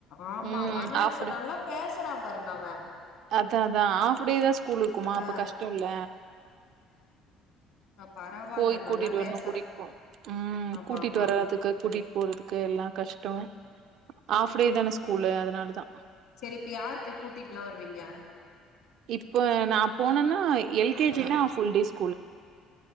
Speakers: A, on the left (about 60°); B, on the right (about 55°).
A: ஆமா
B: ம்
A: ஆனா
B: ஹாஃப்
A: இப்ப
B: டே
A: நல்லா பேசுறா பாருங்க அவே
B: அதா அதா ஹாப் டே தா ஸ்கூல் இருக்குமா அப்ப
A: ஆ
B: கஷ்டோல
A: இப்ப பரவால்ல
B: போய் கூட்டிட்டு
A: நல்லா
B: வர்ணு
A: பேசுறா
B: கூட்டிட்டு போனு ம்
A: ஆமா
B: கூட்டிட்டு
A: ஆமா
B: வரதுக்கு
A: ஆமா
B: கூட்டிட் போறதுக்கு எல்லா கஷ்டோ ஆஃப்டே தான ஸ்கூல்லு அதனால தா
A: செரி இப்ப யாரு போய் கூட்டிட்லா வருவீங்க
B: இப்போ நா போனேன்னா எல் கே ஜி தா ஃபுல் டேஸ்